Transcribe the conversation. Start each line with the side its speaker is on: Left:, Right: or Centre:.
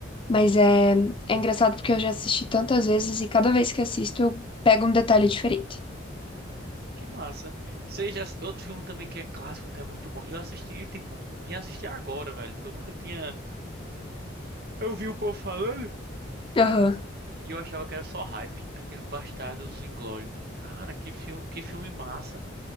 Left: mas é, é engraçado porque eu já assisti tantas vezes e cada vez que assisto eu pego um detalhe diferente.
Right: Que massa. Seja outro filme também que é clássico, que é muito bom. E eu assisti, tipo, vim assistir agora, velho, que eu nunca tinha. Eu vi o povo falando
Left: Aham.
Right: e eu achava que era só hype, aquele Bastardos Inglórios. Cara, que filme, que filme massa.